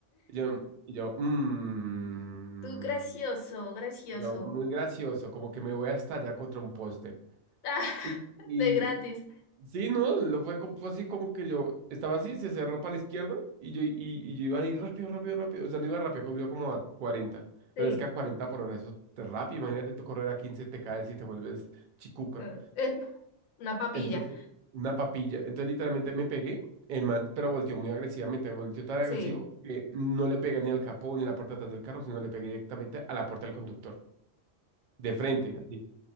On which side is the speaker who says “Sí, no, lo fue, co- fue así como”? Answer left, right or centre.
Right